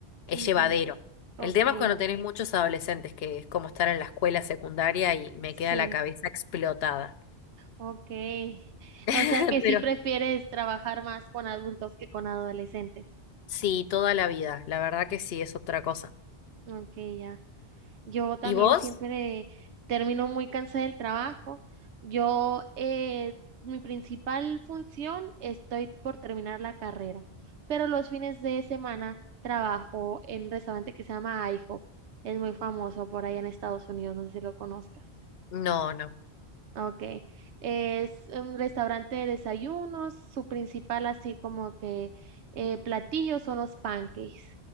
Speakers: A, on the left; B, on the right.
A: es
B: Ujú,
A: llevadero. El
B: Ok,
A: tema
B: ya.
A: es cuando tenés muchos adolescentes, que es como estar en la escuela secundaria y me
B: Sí.
A: queda la cabeza explotada.
B: Ok.
A: <laughs>
B: O sea que
A: Pero
B: sí prefieres trabajar más con adultos que con adolescentes.
A: sí, toda la vida, la verdad que sí, es otra cosa.
B: Ok, ya. Yo también
A: ¿Y vos?
B: siempre termino muy cansada del trabajo. Yo, eh, mi principal función, estoy por terminar la carrera, pero los fines de semana trabajo en un restaurante que se llama IHOP. Es muy famoso por allá en Estados Unidos, no sé si lo conozcas.
A: No, no.
B: Okay, es un restaurante de desayunos, su principal así como que eh, platillo son los pancakes.